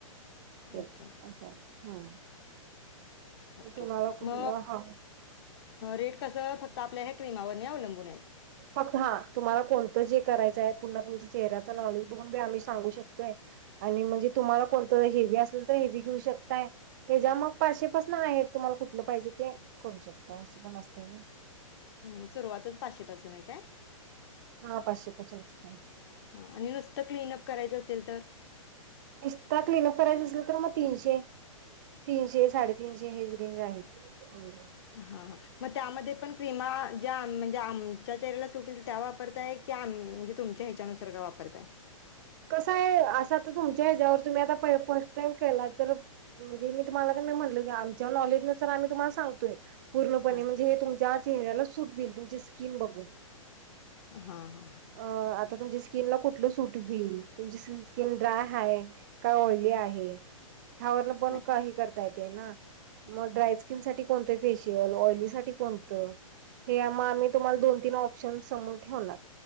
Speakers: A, on the right; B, on the left.
A: तेन
B: अच्छा
A: अस, हा
B: ओके,
A: तुम्हाला कुठलं
B: म
A: हा
B: रेट कसं फक्त आपल्या ह्या क्रीमावरनी अवलंबून आहेत.
A: फक्त हा तुम्हाला कोणतं जे करायचय, पुन्हा तुमच्या चेहऱ्याच नॉलेज बघून बी आम्ही सांगू शकतोय. आणि म्हणजे तुम्हाला कोणतं हेवी असेल तर हेवी घेऊ शकताय तेजा मग पाशेपासन आहेत, तुम्हाला कुठलं पाहिजे ते करू शकताय असं पण असतय नयी.
B: हम्म, सुरुवातच पाचशे पासून आहे काय?
A: हा पाचशे पासून असतय.
B: हा, आणि नुसतं क्लीन अप करायचं असेल तर?
A: निसता क्लीनअप करायचा असेल तर मग तीनशे, तीनशे साडेतीनशे जे हेच रेंज आहेत, हम्म
B: हा हा, म त्यामध्ये पण क्रिमा ज्या म्हणजे आमच्या चेहऱ्याला सुट होईल त्या वापरताय की आम म्हणजे तुमच्या ह्याच्यानुसार का वापरताय.
A: कस आहे अस तर तुमच्या ह्याच्यावर तुम्ही आता फर्स्ट टाइम केला तर म्हणजे मी तुम्हाला पण मी म्हटलं की, आमच्या नॉलेज नुसार आम्ही तुम्हाला सांगतोय पूर्णपणे
B: हां
A: म्हणजे हे तुमच्या चेहऱ्याला सूट व्हील तुमची स्किन बघुन.
B: हा हा हा
A: अ आता तुमच्या स्किन ला कुठलं सूट व्हील, तुमची स्किन ड्राय हाय काय ऑईली आहे, ह्या वरन पण
B: नाही
A: काही करता येतय ना मग ड्राय स्किन साठी कोणतं फेशियल, ऑइली साठी कोणत हे मग आम्ही तुम्हाला दोन-तीन ऑप्शन समोर ठेवणार.